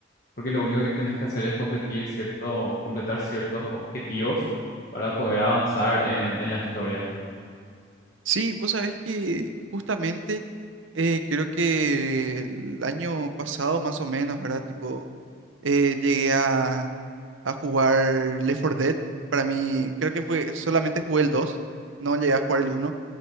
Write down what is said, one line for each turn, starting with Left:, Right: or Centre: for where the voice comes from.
Left: porque lo único que tenés que hacer es completar cierto, completar ciertos objetivos para poder avanzar en, en la historia.
Right: Sí, vos sabés que justamente eh, creo que el año pasado más o menos, ¿verdad? Tipo, eh, llegué a, a jugar Left 4 Dead. Para mí, creo que fue, solamente jugué el 2. no llegué a jugar el uno.